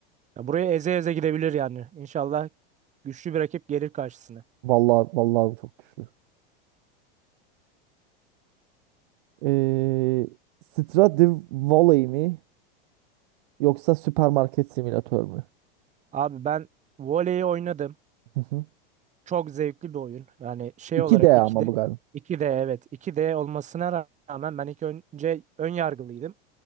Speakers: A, on the right; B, on the right.
A: Ya buraya eze eze gidebilir yani. İnşallah güçlü bir rakip gelir karşısına.
B: Vallahi vallahi bu çok güçlü. Ee, Stradivari mi yoksa süpermarket simülatör mü?
A: Abi ben voleyi oynadım.
B: Hı hı.
A: Çok zevkli bir oyun. Yani şey
B: 2D
A: olarak iki
B: ama
A: d
B: bu galiba.
A: iki d evet iki d olmasına rağmen ben ilk önce ön yargılıydım.